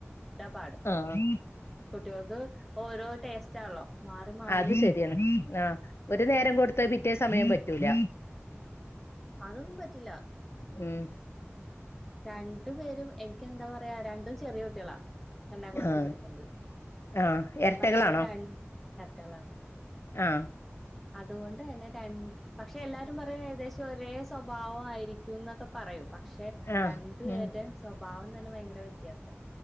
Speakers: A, in the centre; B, on the left (about 60°).
A: ഇതാ പാട്
B: ആഹ്
A: കുട്ടികൾക്ക് ഓരോ ടേസ്റ്റ് ആണല്ലോ. മാറി മാറിയിരിക്കും
B: അത് ശരിയാണ്. ആഹ് ഒരു നേരം കൊടുത്തത് പിറ്റേ സമയം പറ്റൂല.
A: അതൊന്നും പറ്റില്ല.
B: ഉം
A: രണ്ടു പേരും എനിക്ക് എന്താ പറയാ. രണ്ടും ചെറിയ കുട്ടികളാ. രണ്ടാം ക്ലാസിൽ
B: ആ
A: പഠിക്കുന്നത്.
B: ആ എരട്ടകളാണോ
A: പക്ഷെ രണ്ട് ഇരട്ടകളാണ്.
B: ആ
A: അതുകൊണ്ട് തന്നെ രണ്ട് പക്ഷെ എല്ലാവരും പറയും ഏകദേശം ഒരേ സ്വഭാവം ആയിരിക്കും ന്നൊക്കെ പറയും. പക്ഷെ
B: ആ
A: രണ്ടു പേരുടെയും
B: ഉം
A: സ്വഭാവം തന്നെ ഭയങ്കര വ്യത്യാസാ.